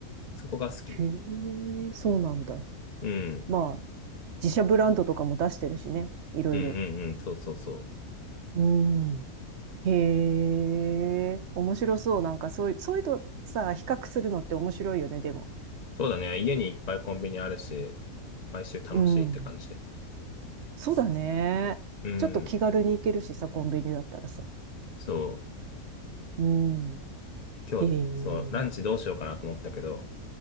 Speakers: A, on the left; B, on the right.
A: そこが好き。
B: へえ、そうなんだ。
A: うん。
B: まあ、自社ブランドとかも出してるしね。いろいろ。
A: うんうんうん。そうそうそう。
B: うん。へえ、面白そう。なんかそういう、そういうとさ、比較するのって面白いよね、でも。
A: そうだね。家にいっぱいコンビニあるし、毎週楽しいって感じ。
B: うん。そうだね。
A: うん。
B: ちょっと気軽に行けるしさ、コンビニだったらさ。
A: そう。
B: うん。
A: 今日、
B: へえ。
A: そう、ランチどうしようかなと思ったけど、